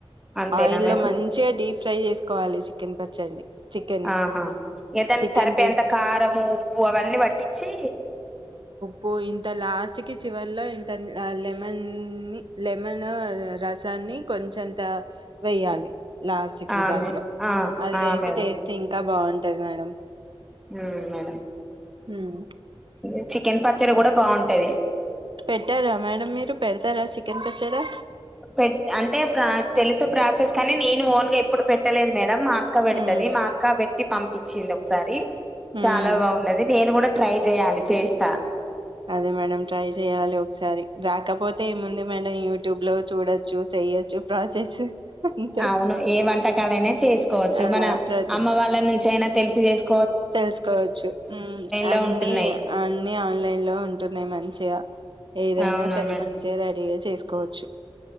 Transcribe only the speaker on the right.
ఆయిల్
లో మంచిగా డీప్ ఫ్రై చేసుకోవాలి చికెన్ పచ్చడిని చికెన్ ని
చికెన్
పీస్
పో ఇంత లాస్ట్ కి చివరిలో ఇంత లెమన్నీ లెమన్ రసాన్ని కొంచంత వెయ్యాలి లాస్ట్ కి
దాంట్లో
అది
వేసి
టేస్ట్ంగ్ ఇంకా బాగుంటది మేడం.
హ్మ్
పెట్టేరా మేడం మీరు పెడతారా చికెన్ పచ్చడా
హ్మ్
హ్మ్
అదే మేడం ట్రై చెయాలి ఒకసారి రాకపోతే అయితే ఏముంది మేడం యూట్యూబ్ లో చూడొచ్చు చెయొచ్చు ప్రాసెస్ అంతే
ఆ
ప్రతి
తెలుసుకోవచ్చు
అన్ని
అన్ని ఆన్లైన్ లో ఉంటున్నాయి మ చిగా ఏదైనా
సరే
మంచిగా రెడీగా చేసు చేసుకోవచ్చు